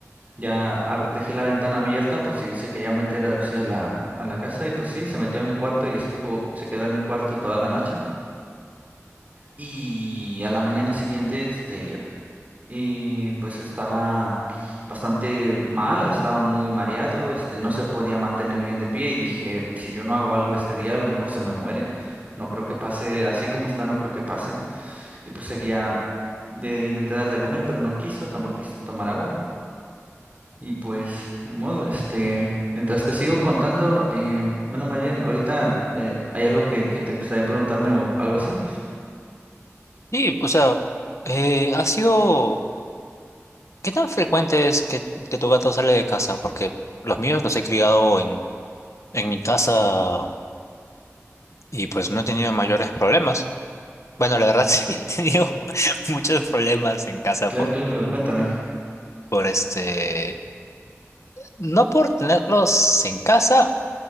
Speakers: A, on the right (about 30°); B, on the left (about 70°).
A: ya ab- dejé la ventana abierta por si se quería meter así a la, a la casa y pues sí, se metió a mi cuarto y estuvo, se quedó en mi cuarto toda la noche. Y a la mañana siguiente, este, eh, pues estaba bastante mal, estaba muy mareado, este, no se podía mantener bien de pie y dije, si yo no hago algo este día, a lo mejor se me muere. No creo que pase, así como está, no creo que pase. Y pues seguía, de, intenté darle de comer, pero no quiso, tampoco quiso tomar agua. Y pues, ni modo, este, mientras te sigo contando, eh, bueno, más bien, ahorita eh, hay algo que, que te gustaría preguntarme o algo así.
B: Sí, o sea, eh, ha sido... ¿Qué tan frecuente es que, que tu gato sale de casa? Porque los míos los he criado en, en mi casa y pues no he tenido mayores problemas. Bueno, la verdad <laughs> sí he tenido <laughs> muchos problemas en casa
A: Claro,
B: por,
A: claro, cuéntame.
B: por este... No por tenerlos en casa